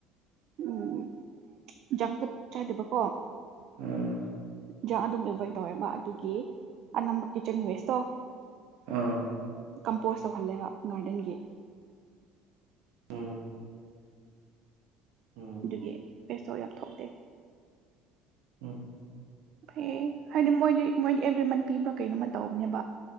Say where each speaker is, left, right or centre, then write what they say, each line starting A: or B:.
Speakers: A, on the right; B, on the right.
A: ꯎꯝ ꯖꯪꯀꯠ ꯆꯥꯗꯕꯀꯣ
B: ꯎꯝ
A: ꯌꯦꯟꯖꯥꯡ ꯑꯗꯨꯝ ꯑꯦꯚꯣꯏꯠ ꯇꯧꯋꯦꯕ ꯑꯗꯨꯒꯤ ꯑꯅꯝꯕ ꯀꯤꯠꯆꯟ ꯋꯦꯁꯇꯣ
B: ꯑꯥ
A: ꯀꯝꯄꯣꯁ ꯇꯧꯍꯜꯂꯦꯕ ꯒꯥꯔꯗꯦꯟꯒꯤ
B: ꯎꯝ ꯎꯝ
A: ꯑꯗꯨꯒꯤ ꯐꯦꯁꯇꯧ ꯌꯥꯝ ꯊꯣꯛꯇꯦ
B: ꯎꯝ
A: ꯐꯦ ꯍꯥꯏꯗꯤ ꯃꯣꯏꯗꯤ ꯃꯣꯏꯗꯤ ꯑꯦꯕ꯭ꯔꯤ ꯃꯟꯠ ꯄꯤꯕ꯭ꯔꯥ ꯀꯩꯅꯣꯝꯃ ꯇꯧꯕꯅꯦꯕ